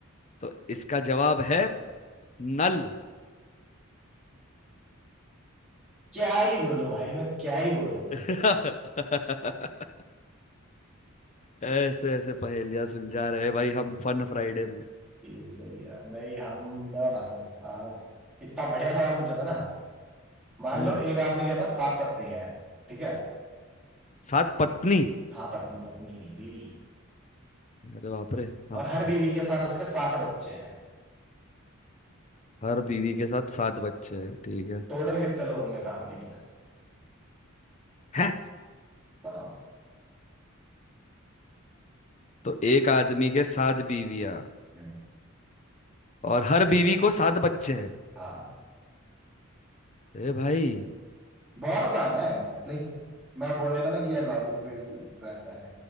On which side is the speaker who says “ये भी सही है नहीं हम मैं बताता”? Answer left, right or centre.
Centre